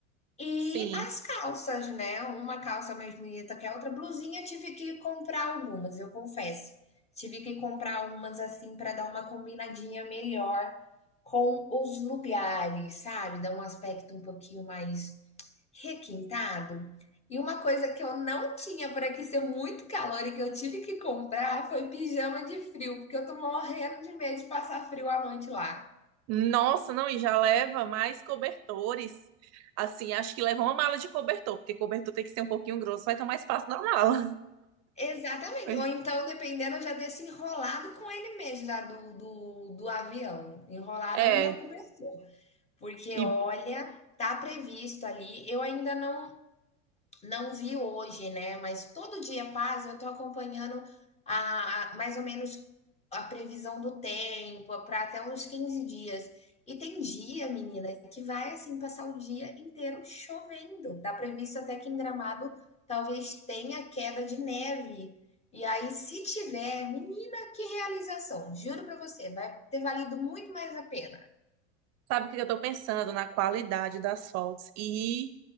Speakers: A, on the left; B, on the right.
A: E
B: Sim.
A: as calças, né? Uma calça mais bonita que a outra, blusinha, eu tive que comprar algumas, eu confesso. Tive que comprar umas assim para dar uma combinadinha melhor com os lugares, sabe? Dar um aspecto um pouquinho mais Requintado. E uma coisa que eu não tinha por aqui ser muito calor e que eu tive que comprar foi pijama de frio, porque eu tô morrendo de medo de passar frio à noite lá.
B: Nossa, não, e já leva mais cobertores. Assim, acho que leva uma mala de cobertor, porque cobertor tem que ser um pouquinho grosso, vai tomar espaço na mala.
A: Exatamente.
B: <laughs>
A: Ou então, dependendo, eu já desço enrolado com ele mesmo, já do, do, do avião, enrolada
B: É,
A: no meu cobertor. Porque,
B: e
A: olha, tá previsto ali. Eu ainda não, não vi hoje, né? Mas todo dia quase eu tô acompanhando a, a mais ou menos a previsão do tempo para até uns 15 dias. E tem dia, menina, que vai assim passar o dia inteiro chovendo. Tá previsto até que em Gramado talvez tenha queda de neve. E aí, se tiver, menina, que realização! Juro para você, vai ter valido muito mais a pena.
B: sabe o que eu tô pensando? Na qualidade das fotos. E,